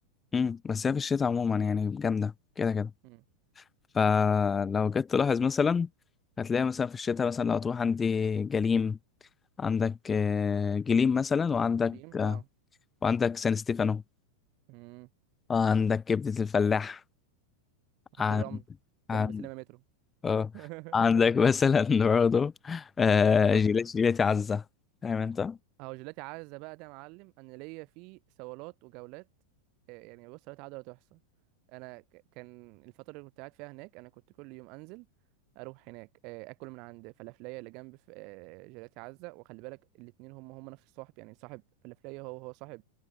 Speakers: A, on the left; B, on the right.
A: امم بس هي في الشتاء عموما يعني جامده كده كده
B: امم
A: فلو جيت تلاحظ مثلا هتلاقي مثلا في الشتاء مثلا لو تروح عندي جليم عندك آه، جليم مثلا وعندك
B: دي
A: آه،
B: اه
A: وعندك سان ستيفانو
B: امم
A: وعندك كبدة الفلاح
B: حتى
A: عن
B: الرمل
A: عن
B: جنب سينما مترو
A: آه،
B: <laughs>
A: عندك مثلا <laughs> برضه آه،
B: اه
A: جيلاتي جيلاتي عزة فاهم انت؟
B: اهو جيلاتي عزة بقى ده يا معلم انا ليا فيه صولات وجولات آه، يعني بص صولات عادة لا تحصى انا ك- كان الفترة اللي كنت قاعد فيها هناك انا كنت كل يوم انزل اروح هناك آه، اكل من عند فلافلية اللي جنب ف- آه، جيلاتي عزة وخلي بالك الاتنين هم هم نفس الصاحب يعني صاحب فلافلية هو هو صاحب